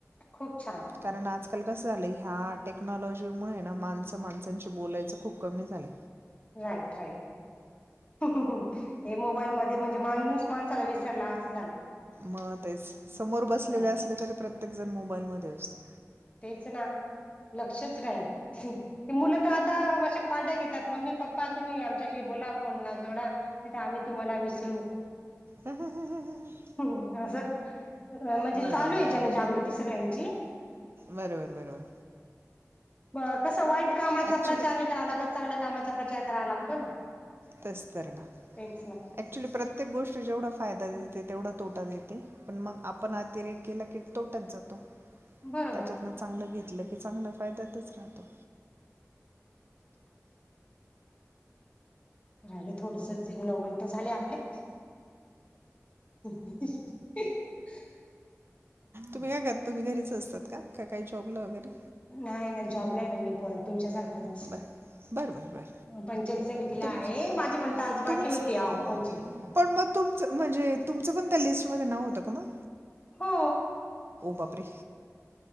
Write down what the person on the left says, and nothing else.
खूप छान
राईट राईट ह हे मोबाईल मध्ये म्हणजे माणूस माणसाला विसरला असं झालंय
हा
तेच ना लक्षच रा मुलं तर आता अशा पाट्या घेतात मम्मी पप्पा ्पा तुम्ही आमच्याशी बोला फोनना जोडा आम्ही तुम्हाला विसरू
हम् असं म्हणजे
चालू आहे जनजागृती
सगळ्यांची
म कस वाईट कामाचा
प्रचार नाही करावा लागत चांगल्या कामाचा प्रचार करावा लागतो ना
तेच ना
बरोबर
राहिले थोडस नऊ मिनटं झाले आपले <unintelligible>
नाही ना जॉबला आहे ना मी प तुमच्यासारखंच
पंचायत समितीला
आहे माझी पण तासबाकी
होती आ कोणची
हा